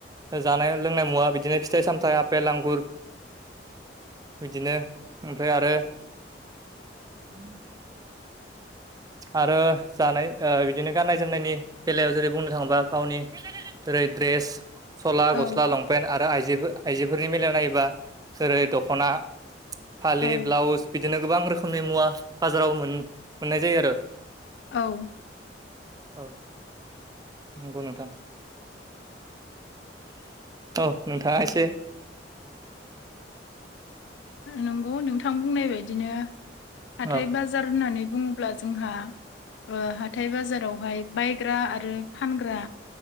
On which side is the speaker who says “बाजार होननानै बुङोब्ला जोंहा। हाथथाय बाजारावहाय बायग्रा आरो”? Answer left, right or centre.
Left